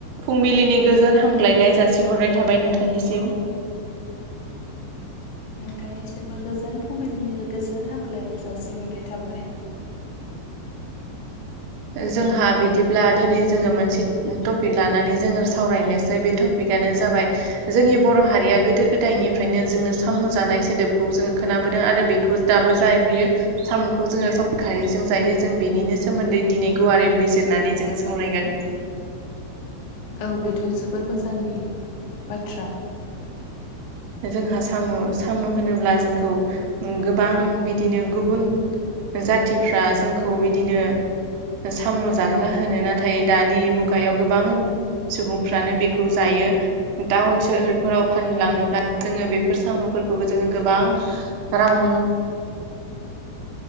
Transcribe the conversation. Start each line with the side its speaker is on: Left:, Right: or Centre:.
Right: फुंबिलिनि गोजोन हामग्लायनाय जासिहरनाय थाबाय नोंथांनिसिम
Left: नोंथांनिसिमबो गोजोन फुंबिलिनि गोजोन हामग्लायनाय जासिहरनाय थाबाय
Right: जोंहा बिदिब्ला दिनै जोङो मोनसे टपिक लानानै जोङो सावरायनोसै बे टपिक आनो जाबाय जोंनि बर' हारिया गोदो गोदायनिफ्रायनो जोङो सामु जानाय सोदोबखौ जोङो खोनाबो दों आरो बेखौ दाबो जाहबोयो साम'खौ जोङो सबाय खारिजों जायो जों बेनिनो सोमोनदै दिनै गुवारै बिजिरनानै जोङो सावरायगोन
Left: औ बेथ' जोबोर मोजांनि बाथ्रा
Right: जोंहा साम' साम' होनोब्ला जोंखौ गोबां बिदिनो गुबुन जाथिफ्रा जोंखौ बिदिनो सामु जाग्रा होनो नाथाय दानि मुगायाव गोबां सुबुंफ्रानो बेखौ जायो टाउन सोहोरफोराव फाननो लाङोब्ला जोङो बेफोर साम'फोरखौबो जोङो गोबां रां